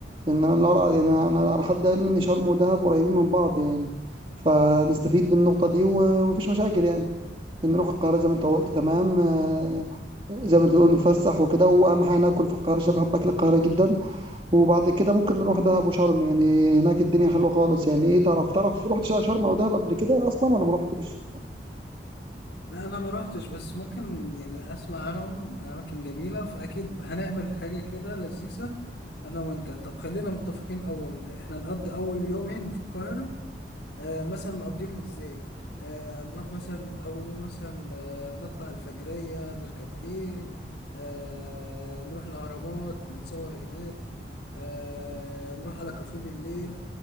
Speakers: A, on the right (about 30°); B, on the left (about 75°).
A: لان انا اللي أعرف- يعني انا على حد علمي ان شرم ودهب قريبين من بعض يعني فنستفيد بالنقطة دي ومفيش مشاكل يعني نروح القاهرة زي ما انت قلت تمام آه، زي ما انت تقول نتفسح وكده واهم حاجة ناكل في القاهرة عشان بحب اكل القاهرة جدا وبعد كده ممكن نروح دهب وشرم يعني هناك الدنيا حلوة خالص يعني ايه تعرف تعرف رحت شرم او دهب قبل كده اصلا ولا ما رحتش
B: لا انا ما روحتش بس ممكن يعني اسمع عنهم اماكن جميله فاكيد هنعمل حاجه كده لذيذه انا وانت طب خلينا متفقين اول احنا نقضي اول يومين في القاهره آه مثلا نقضيهم ازاي آه نروح مثلا اول يوم مثلا آه نطلع الفجريه نركب خيل آه نروح الاهرامات نتصور هناك آه نروح على كافيه بالليل